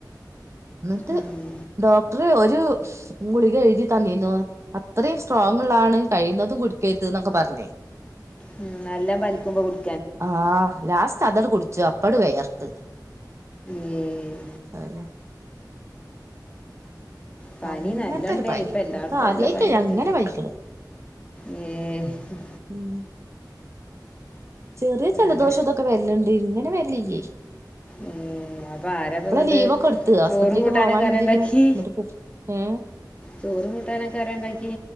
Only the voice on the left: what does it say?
ഉം
ഉം, നല്ലം പനിക്കുമ്പോ കുടു
ഏഹ്
പനി
നല്ലണ്ട്,
ഇപ്പ എല്ലാട്ത്തും
നല്ല പനിണ്ട്.
ഏ? ഉം.
അപ്പ
എ ആ ആരപ്പന്നിട്ട്
ചോറും
കൂട്ടാനൊക്കൊ
ആരാ
ണ്ടാക്കി?
ചോറും, കൂട്ടാനൊക്കെ ആരാണ്ടാക്കി?